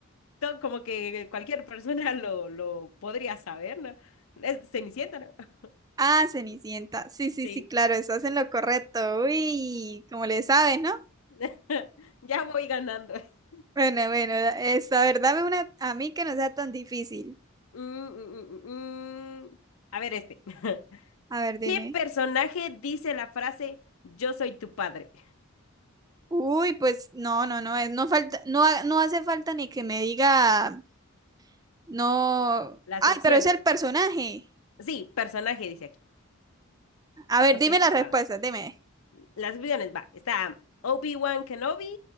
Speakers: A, on the left; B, on the right.
A: to- como que cualquier persona <laughs> lo, lo podría saber, ¿no? Es Cenicienta, ¿no? <laughs>
B: Ah, Cenicienta. Sí, sí,
A: Sí.
B: sí, claro, estás en lo correcto. Uy, como le sabes, ¿no?
A: <laughs> Ya voy ganando. <laughs>
B: Bueno, bueno, da- es, a ver, dame una a mí que no sea tan difícil.
A: Mm, mm, mm, mm, mm. A ver este. <laughs>
B: A ver, dime.
A: ¿Qué personaje dice la frase yo soy tu padre?
B: Uy, pues no, no, no, es, no falta, no, ha- no hace falta ni que me diga, no.
A: Las
B: Ay,
A: opciones.
B: pero es el personaje.
A: Sí, personaje dice aquí.
B: A
A: Yo
B: ver, dime
A: soy tu
B: las
A: padre.
B: respuestas, dime.
A: Las opciones, va. Está Obi-Wan Kenobi,